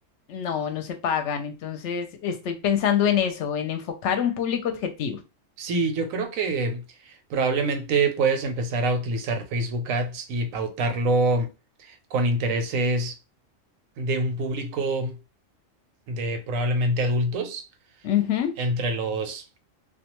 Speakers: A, on the left; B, on the right.
A: no, no se pagan. Entonces, estoy pensando en eso, en enfocar un público objetivo.
B: Sí, yo creo que probablemente puedes empezar a utilizar Facebook Ads y pautarlo con intereses de un público de probablemente adultos
A: Ujú,
B: entre los